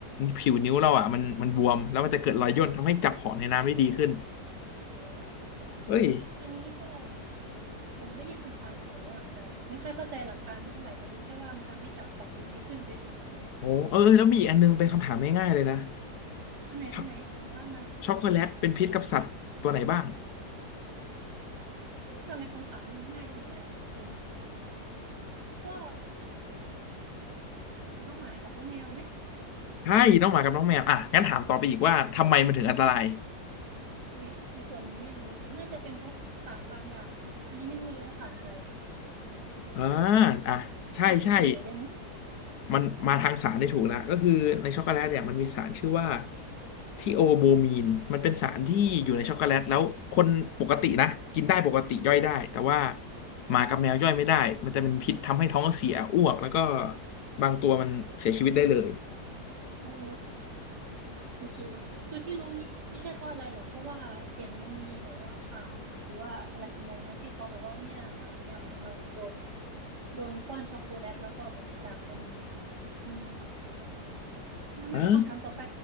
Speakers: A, on the left; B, on the right.
A: ผิวนิ้วเราอ่ะมันมันบวมแล้วมันจะเกิดรอยย่นทำให้จับของในน้ำได้ดีขึ้น
B: โอ้
A: เอ้ย
B: อันนี้ก็เหมือนได้ยินผ่านๆหูอ่ะแต่แบบไม่ค่อยเข้าใจหลักการมันเท่าไหร่แต่รู้แค่ว่ามันทำให้จับของได้ดีขึ้นเฉย
A: โอ้เออเออแล้วมีอีกอันนึงเป็นคำถามง่ายๆเลยนะ
B: ๆอันไหนอันไหนไหนว่ามา
A: ช็อกช็อกโกแลตเป็นพิษกับสัตว์ตัวไหนบ้าง
B: ทำไมคำถามนี้มันง่ายจังเลยอ่ะคุณก็น้องหมากับน้องแมวไหม
A: ใช่น้องหมากับน้องแมวอ่ะงั้นถามต่อไปอีกว่าทำไมมันถึงอันตราย
B: อุ้ยในส่วนนี้ไม่รู้เลยน่าจะเป็นเพราะสารบางอย่างไหมอันนี้ไม่รู้เลยว่าสารอะไร
A: อ่าอ่ะใช่ใช่
B: พอจะเฉลยได้ไหม
A: มันมาทางสารได้ถูกแล้วก็คือในช็อกโกแลตเนี่ยมันมีสารชื่อว่าทีโอโบมีนมันเป็นสารที่อยู่ในช็อกโกแลตแล้วคนปกตินะกินได้ปกติย่อยได้แต่ว่าหมากับแมวย่อยไม่ได้มันจะเป็นพิษทำให้ท้องเสียอ้วกแล้วก็บางตัวมันเสียชีวิตได้เลย
B: โอ้ โอเคคือที่รู้นี่ไม่ใช่เพราะอะไรหรอกเพราะว่าเห็นมันมีแบบว่าข่าวหรือว่าอะไรทำนองเนี้ยที่เขาบอกว่าเนี่ยหมาแมวของเราเนี่ยโดนแบบโดนป้อนช็อกโกแลตแล้วก็แบบจากไปเลยอะไรเงี้ยอืมมามาคำถามต่อไป
A: อ่ะ